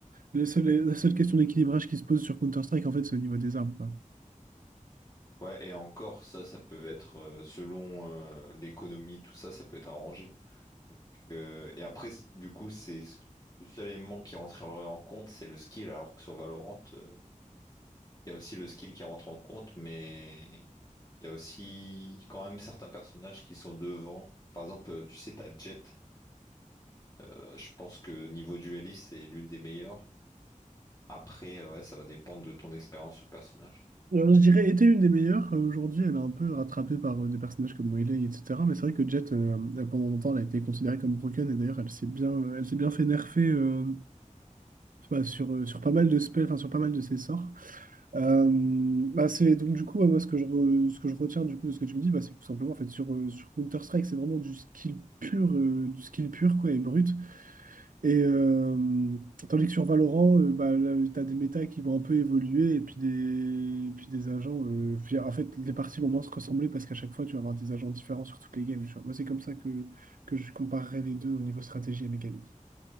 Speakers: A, on the right; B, on the left.
A: Le seul- la seule question d'équilibrage qui se pose sur Counter-Strike, en fait, c'est au niveau des armes, quoi.
B: ouais, et encore, ça, ça peut être euh, selon euh, l'économie, tout ça, ça peut être arrangé. Donc, euh, et après, c- du coup, c'est ce- le seul élément qui rentrerait en compte, c'est le skill. Alors que sur Valorant, euh, il y a aussi le skill qui rentre en compte, mais il y a aussi quand même certains personnages qui sont devant. Par exemple, euh, tu sais, t'as Jett. euh, Je pense que niveau dueliste, c'est l'une des meilleures. Après, ouais, ça va dépendre de ton expérience sur le personnage.
A: Alors, je dirais, était une des meilleures. Euh, Aujourd'hui, elle est un peu rattrapée par euh, des personnages comme Melee, etc. Mais c'est vrai que Jett, euh, elle, pendant longtemps, elle a été considérée comme broken. Et d'ailleurs, elle s'est bien, elle s'est bien fait nerfer euh, enfin, sur, euh, sur pas mal de spells, enfin, sur pas mal de ses sorts. Euh, bah c'est donc du coup ouais, moi ce que je re- ce que je retiens du coup de ce que tu me dis bah, c'est que tout simplement en fait sur euh, sur Counter Strike c'est vraiment du skill pur euh, du skill pur quoi et brut et euh, tandis que sur Valorant euh, bah là, t'as des méta qui vont un peu évoluer et puis des et puis des agents euh, puis, en fait les parties vont moins se ressembler parce qu'à chaque fois tu vas avoir des agents différents sur toutes les games tu vois. Moi c'est comme ça que que je comparerais les deux au niveau stratégie et mécanique.